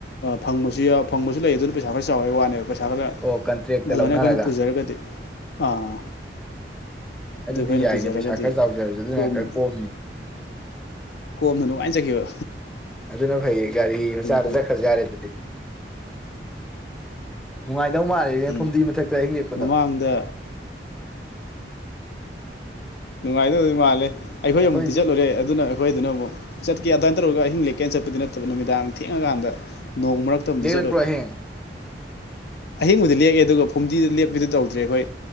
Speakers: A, on the left; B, in the centre.
A: ꯐꯪꯕꯁꯨꯌꯥꯎ ꯐꯪꯕꯁꯨ ꯂꯩ ꯑꯗꯨꯅ ꯄꯩꯁꯥ ꯈꯔ ꯆꯥꯎꯋꯦ ꯍꯥꯏꯋꯥꯅꯦꯕ ꯄꯩꯁꯥ ꯈꯔ
B: ꯑꯣ ꯀꯟꯇ꯭ꯔꯦꯛꯇ
A: ꯐꯖꯅ
B: ꯂꯧꯅꯔꯒ
A: ꯑꯩꯈꯣꯏꯅ ꯄꯨꯖꯔꯒꯗꯤ ꯑꯥ ꯑꯗꯨ
B: ꯑꯗꯨꯗꯤ
A: ꯑꯩꯈꯣꯏꯅ
B: ꯌꯥꯏꯅꯦ
A: ꯄꯨꯖꯔꯒꯗꯤ
B: ꯄꯩꯁꯥꯈꯔ ꯆꯥꯎꯖꯔꯁꯨ ꯑꯗꯨꯅ
A: ꯀꯣꯝꯃꯤꯅꯤ
B: ꯈꯔ ꯀꯣꯝꯅꯤ
A: ꯀꯣꯝꯅ ꯅꯨꯉꯥꯏ ꯆꯈꯤꯕ
B: ꯑꯗꯨꯅ ꯐꯩꯌꯦ ꯒꯥꯔꯤ ꯃꯆꯥꯗ
A: ꯐꯩ
B: ꯆꯠꯈ꯭ꯔꯁꯨ ꯌꯥꯔꯦ ꯗꯨꯗꯤ ꯅꯨꯉꯥꯏ ꯗꯧ ꯃꯥꯜꯂꯤꯅꯦ
A: ꯎꯝ
B: ꯐꯨꯝꯗꯤ ꯃꯊꯛꯇ ꯑꯍꯤꯡ ꯂꯦꯛꯄꯗꯣ
A: ꯃꯃꯥꯡꯗ ꯅꯨꯡꯉꯥꯏꯗꯧꯗꯤ ꯃꯥꯜꯂꯦ ꯑꯩꯈꯣꯏ
B: ꯑꯩꯈꯣꯏꯗꯤ
A: ꯑꯃꯨꯛꯇꯤ ꯆꯠꯂꯨꯔꯦ ꯑꯗꯨꯅ ꯑꯩꯈꯣꯏꯗꯨꯅ ꯑꯃꯨꯛ ꯆꯠꯀꯦꯗꯥ ꯆꯠꯂꯨꯔꯒ ꯑꯍꯤꯡ ꯂꯦꯛꯀꯦꯅ ꯆꯠꯄꯗꯤ ꯅꯠꯇꯕ ꯅꯨꯃꯤꯗꯥꯡ ꯊꯦꯡꯉꯀꯥꯟꯗ ꯅꯣꯡ ꯃꯔꯛꯇ ꯑꯃꯨꯛꯇꯤ
B: ꯂꯦꯛꯂꯛꯄ꯭ꯔꯣ
A: ꯆꯠꯂꯨꯔꯦ
B: ꯑꯍꯤꯡ
A: ꯑꯍꯤꯡꯕꯨꯗꯤ ꯂꯦꯛꯑꯦ ꯑꯗꯨꯒ ꯐꯨꯝꯗꯤꯗ ꯂꯦꯞꯄꯤꯗꯨ ꯇꯧꯗ꯭ꯔꯦ ꯑꯩꯈꯣꯏ